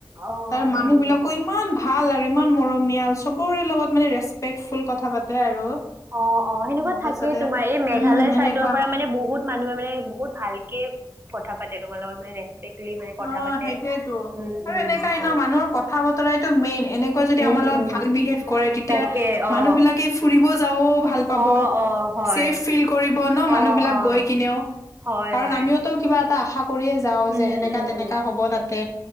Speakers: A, on the right; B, on the left.
A: অ',
B: তাৰ
A: হয়
B: মানুহবিলাকো
A: নেকি
B: ইমান ভাল আৰু ইমান মৰমীয়াল, চবৰে লগত মানে ৰেচপেক্টফুল কথা পাতে আৰু।
A: অ', অ', সেনেকুৱা
B: উম,
A: থাকেই
B: তাৰপিছতে
A: তোমাৰ এই মেঘালয়
B: উম,
A: চাইডৰ
B: এনেকুৱা
A: পৰা মানে বহুত মানুহে মানে বহুত ভালকে কথা পাতে তোমাৰ লগত, মানে ৰিপেক্টলী মানে
B: অ
A: কথা পাতে,
B: সেইটোয়েতো
A: উম,
B: আৰু
A: উম,
B: এনেকাই
A: হয়।
B: ন মানুহৰ কথা বতৰাইতো মেইন, এনেকুৱা যদি
A: উম
B: আমাৰ লগত
A: উম
B: ভাল বিহেভ কৰে, তেতিয়া
A: তাকে অ
B: মানুহবিলাকে ফুৰিব যাব ভাল পাব,
A: অ অ হয়
B: চেফ ফিল কৰিব ন' মানুহবিলাক
A: অ অ
B: গৈ কিনেও,
A: হয়
B: কাৰণ
A: হয়
B: আমিওতো কিবা এটা আশা কৰিয়ে যাওঁ,
A: উম
B: যে এনে
A: উম
B: হ'ব তাতে।